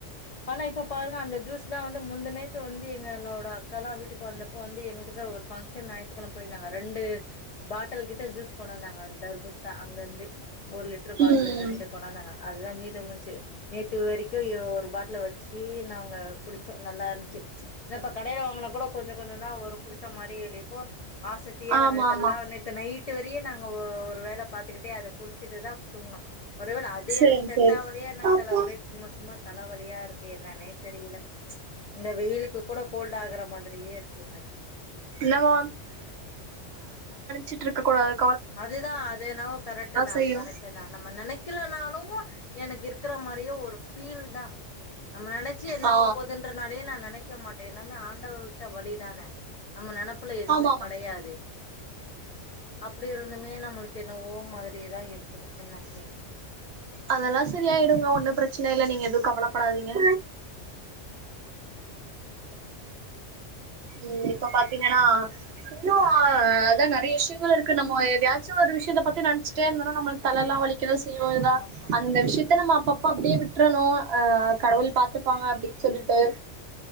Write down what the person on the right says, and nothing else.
ம்
ஆமா
ஆமா
சேரி
சேரி
பாப்போ
நம்ம சிட்ருக்ககூடாது
செய்யு
ஆ
ஆமா ஆமா
அதெல்லா செரியாயிடுங்க ஒன்னு பிரச்சன இல்ல நீங்க எது கவலப்படாதீங்க உம் இப்ப பாத்தீங்கனா இன்னு அதா நெறைய விஷ்யங்கள் இருக்கு நம்ம எதயாச்சு ஒரு விஷ்யத்த பத்தி நேன்ச்சுட்டே இருந்தனா நம்மளுக்கு தலெல்லா வலிக் கதா செய்யு எதா
அந்த விஷ்யத்த நம்ம அப்பப் அப்ப அப்டியே விட்றணு அஹ் கடவுள் பாத்துப்பாங்க அப்டின் சொல்லிட்டு